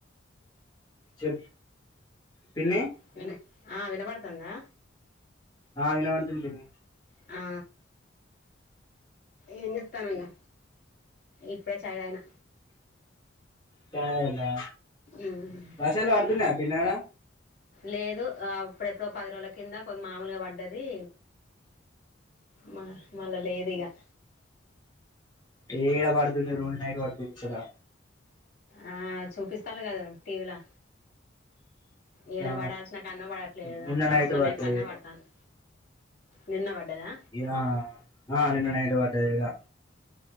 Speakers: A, on the left; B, on the left.
A: చెప్ పిన్ని
B: పిన్ని ఆ వినబడుతుందా
A: ఆ వినపడుతుంది పిన్ని
B: ఆ ఏం చేత్తన ఇంగా ఇప్పుడే చాయ్ తాగిన
A: సరేలే
B: మ్మ్
A: వర్షాలు పడుతున్నాయి
B: చాయ్
A: పిన్ని అడా
B: లేదు ఆ ఇప్పుడెప్పుడో పది రోజుల కింద కొ మామూలుగా పడ్డది మా మళ్ళా లేదిగా
A: ఏ ఈడ పడుతుంది రోజు నైట్ పడుతుంది ఈడా
B: ఆ చూపిస్తను కదా టీవీ లా ఈడ
A: ఆ
B: పడాల్సిన కన్నో పడట్లేదు
A: నిన్న
B: అక్కడ
A: నైట్
B: అవసరం
A: పడ్డది
B: లేను కన్నో పడతుంది నిన్న పడ్డదా
A: ఇగ నేను నైట్ పడ్డదిగా